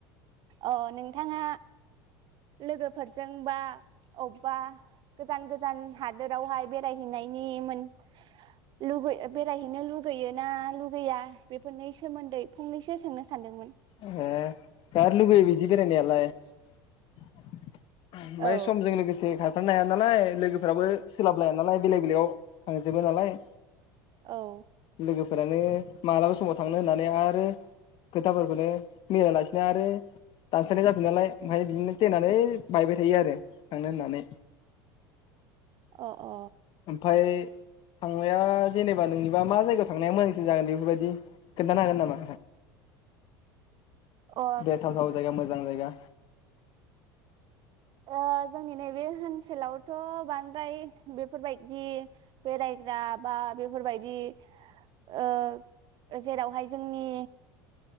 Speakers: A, on the right (about 45°); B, on the left (about 50°).
A: अ नोंथाङा लोगोफोरजोंबा अबबा गोजान गोजान हादोरावहाय बेरायहैनायनि मोन लुगै ओ बेरायहैनो लुगैयो ना लुगैया बेफोरनि सोमोन्दै फंनैसो सोंनो सानदोंमोन
B: ओ गारलुगैयो बिदि बेरायनायालाय ओमफाय
A: औ
B: समजों लोगोसे खार थारनो हाया नालाय लोगोफोराबो सोलाब लाया नालाय बेलेग बेलेगाव थांजोबाय नालाय
A: औ
B: लोगोफोरानो मालाबा समाव थांनो होननानै आरो खोथा खौनो मिलायालासिनो आरो दानस्रायनाय जाफिनो नालाय ओमफ्रायाय बिदिनो फ्लेनानो बायबाय थायो आरो थांनो होननानै
A: अ अ
B: ओमफ्राय थांनाया जेनेबा नोंनिबा मा जायगायाव थांनाया मोजांसिन जागोन बेफोरबायदि खोन्थानो हागोन नामा
A: अ
B: बेरथाव थाव जायगा मोजां जायगा
A: ओ जोंनि नैबे होनसोलावथ' बांद्राय बेफोरबायदि बेरायग्रा बा बेफोरबायदि ओ ओ जेरावहाय जोंनि